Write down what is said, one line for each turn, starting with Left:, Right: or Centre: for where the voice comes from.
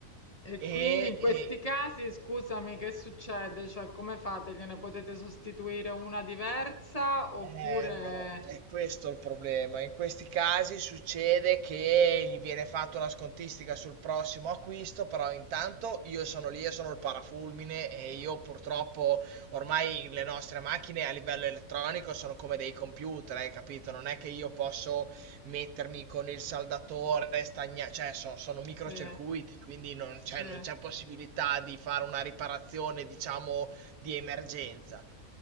Left: E
Right: e,
Left: quindi in questi
Right: e-
Left: casi, scusami, che succede? Cioè, come fate? Gliene potete sostituire una diversa oppure...
Right: Eh no, è questo il problema. In questi casi succede che gli viene fatta una scontistica sul prossimo acquisto, però intanto io sono lì e sono il parafulmine e io purtroppo ormai le nostre macchine a livello elettronico sono come dei computer, hai capito? Non è che io posso mettermi con il saldatore, stagna... cioè so- sono microcircuiti,
Left: Sì,
Right: quindi non
Left: sì.
Right: c'è non c'è possibilità di fare una riparazione, diciamo, di emergenza.